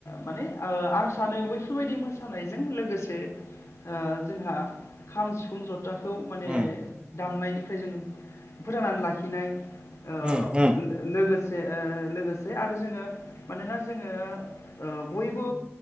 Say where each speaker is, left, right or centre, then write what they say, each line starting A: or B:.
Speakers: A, on the left; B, on the right.
A: माने ओ आं सानो बैफोरबायदि मोसानायजों लोगोसे ओ जोंहा खाम सिफुं ज थाखौ माने
B: उम
A: दामनायनिफ्राय जों फोथांनानै लाखिनाय। ओ
B: उम उम
A: लो लोगोसे ओ लोगोसे आरो जोङो मानोना जोङो ओ बयबो